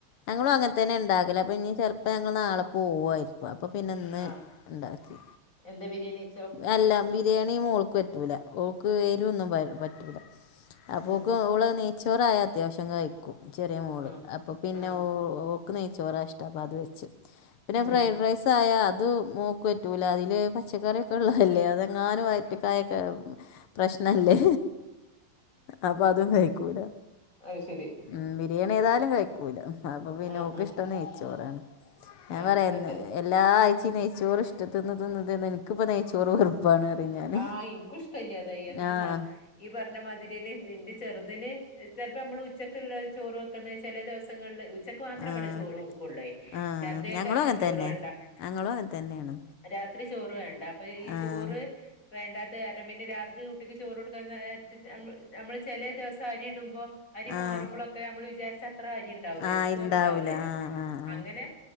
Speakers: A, on the left; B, on the left.
A: ഞങ്ങളും അങ്ങനെ തന്നെ ഇണ്ടാക്കല് അപ്പഞ്ഞി ചെൽ അപ്പോ ഞങ്ങൾ നാളെ പോവായിരിക്കും അപ്പോ പിന്നെഇന്ന്
B: ആ
A: ഇണ്ടാക്കി
B: എന്താ ബിരിയാണി വെച്ചോ
A: അല്ലാ വി ബിരിയാണി മോൾക്ക്പറ്റൂല ഓൾക്ക് എരിവൊന്നും പറ്റൂല. അപ്പോക്ക്
B: ഉം
A: ഓള് നെയ്ച്ചോറായ അത്യാവശ്യം കഴിക്കും ചെറ്യേ മോള്
B: ആ
A: അപ്പ പിന്നെ
B: ആ
A: ഓൾ ഓക്ക് നെയ്‌ച്ചോറാ ഇഷ്ടം അപ്പ അത് വെച്ച് പിന്നെ
B: ഉം
A: ഫ്രൈഡ് റൈസായാ അത് മോക്ക് പറ്റൂല അതില് പച്ചക്കറ്യോക്കെ ള്ളതല്ലേ അതെങ്ങാനും വയറ്റ്ക്കായ കെ ഉം പ്രശ്നല്ലേ അപ്പ അതും കഴിക്കൂല
B: അത് ശരി
A: ഉം ബിരിയാണ്യേതാലും കഴിക്കൂല അപ്പൊ പിന്നോഓക്ക്
B: ആ ആ
A: ഇഷ്ടം നെയ്ച്ചോറാണ് ഞാൻ
B: ആ
A: പറയണ്ട
B: എന്നിട്ട്
A: എല്ലാ ആഴ്ച്ചിം നെയ്ച്ചോറ് ഇഷ്ടത്തിന് തിന്ന് തിന്ന് ൻക്ക്പ്പ നെയ്ച്ചോറ് വെറുപ്പാണ് പറയും ഞാന്
B: ആഹ് ഇൻകുഷ്ടല്ലാ അത് എന്താന്ന
A: ആഹ്
B: ഈ പറഞ്ഞ മാതിര്യെന്നേ ത് ന്റെ ചെറ്തിന് ചെൽപ്പോ നമ്മള് ഉച്ച ത്ള്ളോർ ചോറ് വെക്ക്ന്ന് ചെല ദവസങ്ങളിലെ ഉച്ചക്ക് മാത്രേ
A: ആഹ്
B: ഇവടെ ചോറ് വെക്കൊള്ളെ
A: ആഹ്
B: രാത്രികക്കാർക്കും
A: ഞങ്ങളും അങ്ങനെ
B: ചോറാണ്ടാ
A: തന്നെ ഞങ്ങളും അങ്ങനെ തന്നെയാണ്
B: രാത്രി ചോറ് വേണ്ട അപ്പൊ ഈ
A: ആഹ്
B: ചോറ് വേണ്ടാത്തെ കാരണം പിന്നെ രാത്രി കുട്ടിക്ക് ചോറൊടുക്കാൻ നേരത്ത് ഞമ്മ ഞമ്മള് ചെലെ ദെവസരിടുമ്പോ അരി മാറുമ്പളൊക്കെ
A: ആഹ്
B: അമ്മള് വിചാര്ച്ചത്ര അരി ഇണ്ടാവ്ലെ
A: ആഹ്
B: ചോറ്
A: ഇണ്ടാവൂല
B: ഇണ്ടാവ്ലല്ലോ
A: ആഹ് ആഹ് ആഹ്
B: അങ്ങനെ